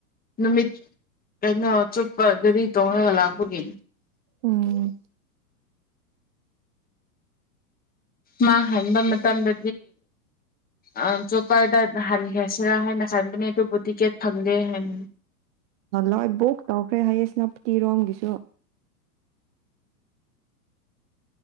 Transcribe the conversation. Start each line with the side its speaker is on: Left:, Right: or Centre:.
Left: ꯅꯨꯃꯤꯠ ꯀꯩꯅꯣ ꯆꯨꯞꯄꯗꯗꯤ ꯇꯣꯡꯉꯒ ꯂꯥꯛꯄꯒꯤ
Right: ꯎꯝ
Left: ꯃꯥ ꯍꯟꯕ ꯃꯇꯝꯗ ꯑ ꯆ ꯔꯗ ꯍꯜ ꯍꯦꯁ ꯍꯥꯏ ꯅ ꯀꯥꯏꯕꯅꯦꯗꯨ ꯕꯨꯇꯤꯀꯦꯠ ꯐꯪꯒꯗꯦ ꯍꯥꯏ
Right: ꯂꯣꯏ ꯕꯨꯛ ꯇꯧꯈ꯭ꯔꯦ ꯍꯌꯦꯁ ꯅꯇꯤꯔꯣꯝꯒꯤꯁꯨ